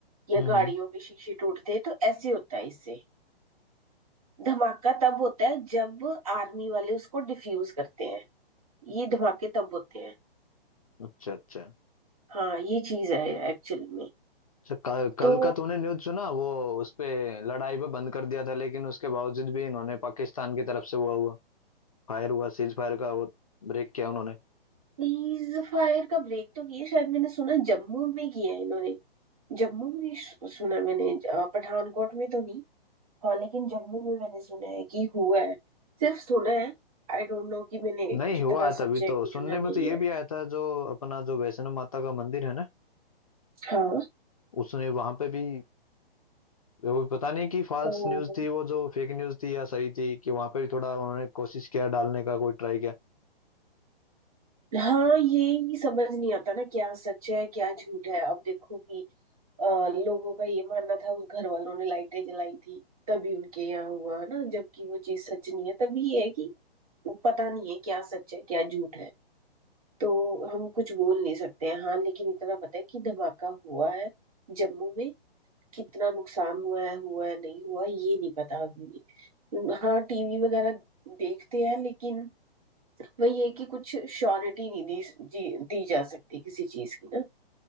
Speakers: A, on the right (about 35°); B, on the left (about 35°).
A: या
B: हम्म
A: गाड़ियों
B: हम्म।
A: के शीशे टूटते हैं तो ऐसे होता है इससे धमाका तब होता है जब आर्मी वाले उसको डिफ्यूज करते हैं ये धमाके तब होते हैं
B: अच्छा अच्छा
A: हाँ ये चीज है एक्चुअल में
B: अच्छा कल, कल
A: तो
B: का तूने न्यूज़ सुना वो उस पे लड़ाई पे बंद कर दिया था लेकिन उसके बावजूद भी इन्होंने पाकिस्तान की तरफ से हुआ हुआ फायर हुआ सीज फायर का वो ब्रेक किया उन्होंने
A: प्लीज फायर का ब्रेक तो ये शायद मैंने सुना जम्मू में किया है इन्होंने जम्मू में सु- सुना मैंने अ, पठानकोट में तो नहीं हाँ लेकिन जम्मू में मैंने सुना है कि हुआ है सिर्फ सुना है आई डोंट नो कि मैंने
B: नहीं
A: कितना
B: हुआ है तभी
A: सच है
B: तो
A: कितना
B: सुनने
A: नहीं
B: में तो ये
A: है
B: भी आया था जो अपना जो वैष्णो माता का मंदिर है ना
A: हाँ
B: उसने वहां पे भी वो पता नहीं कि फॉल्स
A: ओ,
B: न्यूज थी वो जो फेक न्यूज थी या सही थी कि वहां पे भी थोड़ा उन्होंने कोशिश किया डालने का कोई ट्राई किया
A: हाँ ये ही समझ नहीं आता ना क्या सच है क्या झूठ है अब देखो कि आ, लोगों का ये मानना था उस घर वालों ने लाइटें जलाई थी तभी उनके यहाँ हुआ ना जबकि वो चीज सच नहीं है तभी ये है कि वो पता नहीं है क्या सच है क्या झूठ है तो हम कुछ बोल नहीं सकते हैं हाँ लेकिन इतना पता है कि धमाका हुआ है जम्मू में कितना नुकसान हुआ है हुआ है नहीं हुआ ये नहीं पता अभी भी हाँ टीवी वगैरह देखते हैं लेकिन वही है कि कुछ श्योरिटी नहीं दी जी, दी जा सकती किसी चीज की ना